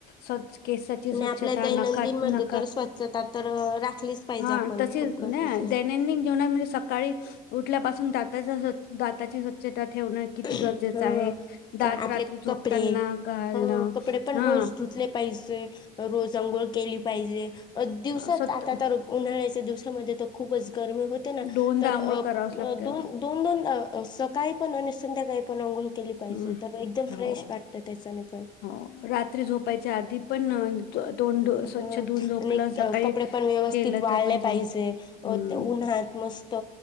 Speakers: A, on the left (about 65°); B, on the left (about 25°).
A: स्वचछ
B: आणि आपल्या
A: न
B: दैनंदिन
A: न
B: मध्ये तर स्वच्छता तर राखलीच पाहिजे
A: हा
B: आपण
A: तशी
B: खूप गरजेचं
A: ना
B: आहे
A: जेवणामध्ये सकाळी उठल्यापासून दाताची, स्वच्छता ठेवणं किती
B: ह
A: गरजेचं आहे, दात
B: आपले
A: रात्री झोपताना
B: कपडे
A: घलणं
B: ह कपडे पण
A: हा
B: रोज पाहिजे रोज, अंघोळ केली, पाहिजे दिवसात
A: स्वत
B: आता तर उन्हाळ्या दिवसामध्ये खूपच गरमी होते ना,
A: दोनदा
B: तर
A: आंघोळ करावच लागते
B: दोन दोन दोन अ सकाळी पण आणि संध्याकाळी पण आंघोळ केली पाहिजे.
A: हम्म
B: तर एकदम फ्रेश
A: हो
B: वाटत त्याच्याने पण
A: हो रात्री झोपायच्या आधी पण तोंड धु- स्वच्छ
B: ह
A: धुवून झोपलं
B: आणि
A: सकाळी
B: कपडे पण व्यवस्थित
A: केलं
B: वाळले
A: तर पण चांगलं.
B: पाहिजे,
A: हम्म
B: उन्हात मस्त